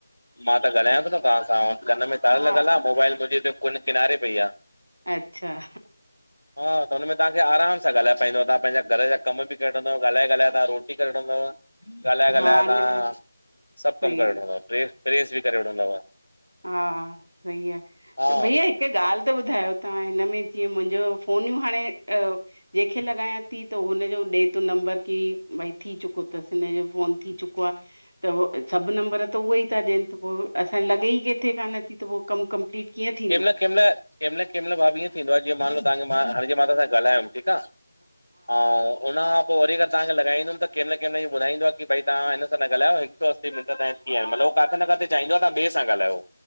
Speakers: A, on the left (about 85°); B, on the right (about 70°).
A: मां त ॻाल्हायां तो, तव्हां सां कन में
B: आहे
A: तार
B: हा
A: लॻल आ, मोबाइल मुंजे हिते उन किनारे पई आ,
B: अच्छा
A: हा कन में तांखे आराम सां सां ॻाल्हाए पाईंदव तां पैंजा घर जा कम बि करे वठंदव ॻालाए ॻाल्हाए तां रोटी करे वठंदव। ॻाल्हााए- ॻाल्हाए
B: हा
A: तव्हां,
B: न
A: सभु
B: सही
A: कमु करे वठंदव प्रे, प्रेस बि करे वठंदव।
B: हा सही आहे,
A: हा
B: त भईया मूंखे ॻाल्हि त ॿुधायो तव्हां, हिन में जीअं मुंहिंजो फोनियूं हाणे अ जेंखे लॻायां थी, त हुनजो ॾे त नंबर की भाई थी चुको अथसि, हिनजो फोन थी चुको आहे त, सभु नंबर त उह ई था। ॾियनि त पोइ, असांजी लॻे ई किथे कोन थी त पोइ कम कंप्लीट कीअं थे
A: कंहिं मइल कहि महिल, कहिं महिल कें महिल भाभी ईअं थींदो आहे, जीअं मानलो तव्हांखे मां हांण जे मां तां सां ॻाल्हायमि ठीकु आहे। <unintelligible> हा उन खां पोइ वरी अरि तव्हां लॻाईंदमि त कहिं महिल कहिं महिल ॿुधाईंदो आहे। त कि भई तहां हिन सां न ॻाल्हायो, हिकु सौ असी मिंट त <unintelligible> कीअं, मतिलबह काथे न काथे, चाहींदो आहे त् व्हां ॿे सां ॻाल्हायो।